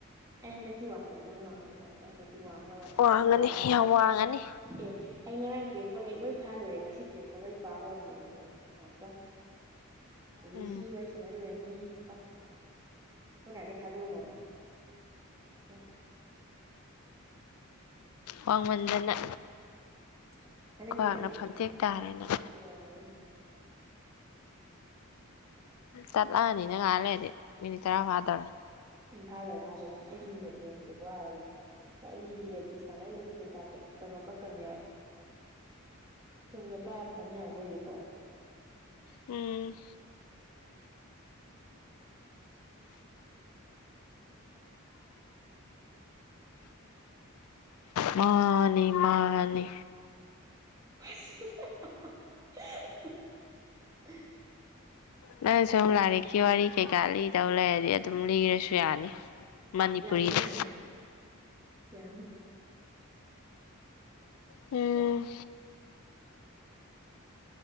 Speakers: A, on the right; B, on the left.
A: ꯑꯩ ꯍꯟꯗꯛꯇꯤ ꯋꯥꯡꯈꯠꯂꯗꯧꯅꯦ ꯋꯥꯍꯜꯂꯗꯧꯅꯦ ꯑꯩ ꯍꯟꯗꯛ ꯋꯥꯡꯅꯕ ꯀꯟ
B: ꯋꯥꯡꯉꯅꯤ
A: ꯄꯥꯔꯗꯧꯅꯦ
B: ꯌꯥꯝ ꯋꯥꯡꯉꯅꯤ
A: ꯑꯦ ꯑꯩ ꯉꯔꯥꯡ ꯄꯤꯔꯛꯄꯈꯩ ꯂꯣꯏ ꯐꯥ ꯂꯣꯏꯔꯦ ꯉꯁꯤ ꯄꯤꯔꯛꯄꯒꯩ ꯄꯥ ꯍꯧꯔꯝꯃꯕꯅꯦ ꯑꯩ ꯉꯥꯛꯇꯪ ꯍꯧꯖꯤꯛ
B: ꯎꯝ
A: ꯁꯤ ꯋꯥꯔꯤ ꯁꯥꯟꯅ ꯂꯣꯏꯔꯅꯤ ꯑꯥ ꯒꯨꯠ ꯅꯥꯏꯠ ꯀꯥ ꯊꯥꯗꯣꯛꯂꯝꯂꯕꯅꯤ ꯉꯥꯛꯇꯪ
B: ꯋꯥꯡꯃꯟꯗꯅ
A: <unintelligible>
B: ꯈ꯭ꯋꯥꯡꯅ ꯐꯝꯇꯦꯛ ꯇꯥꯔꯦꯅ ꯇꯠꯂꯛꯑꯅꯤꯅ ꯉꯥꯏꯍꯥꯛ ꯂꯩꯔꯗꯤ ꯃꯤꯅꯤꯠ ꯇꯔꯥ ꯐꯗꯣꯔꯦꯉ
A: ꯎꯝ ꯐꯥꯗꯣꯔꯦ ꯐꯥꯗꯣꯔꯦ ꯑꯩꯁꯨ ꯃꯤꯅꯠ ꯌꯦꯡꯕꯗ ꯋꯥꯔꯕꯅꯦ ꯋꯥꯔꯤꯁꯤ ꯂꯩꯇꯦ ꯁꯥꯟꯅꯔꯤꯁꯨ ꯄꯩꯁꯥ ꯀꯛ ꯀꯩꯅꯣ ꯀꯛꯀꯅꯤ ꯍꯥꯏ ꯁꯨꯝꯅ ꯄꯥꯏꯔ ꯊꯝ ꯌꯥꯕꯣ ꯑꯣꯏꯗꯤꯀꯣ
B: ꯎꯝ ꯃꯥꯅꯦ ꯃꯥꯅꯦ
A: <unintelligible> ꯍꯥ ꯍꯥ ꯍꯥ
B: ꯅꯪꯅ ꯁꯨꯝ ꯂꯥꯏꯔꯤꯛꯀꯤ ꯋꯥꯔꯤ ꯀꯩꯀꯥ ꯂꯤꯗꯧ ꯂꯩꯔꯗꯤ ꯑꯗꯨꯝ ꯂꯤꯔꯁꯨ ꯌꯥꯅꯤ ꯃꯅꯤꯄꯨꯔꯤꯗ
A: ꯌꯥꯅꯤ ꯌꯥꯅꯤ ꯌꯥꯅꯤ
B: ꯎꯝ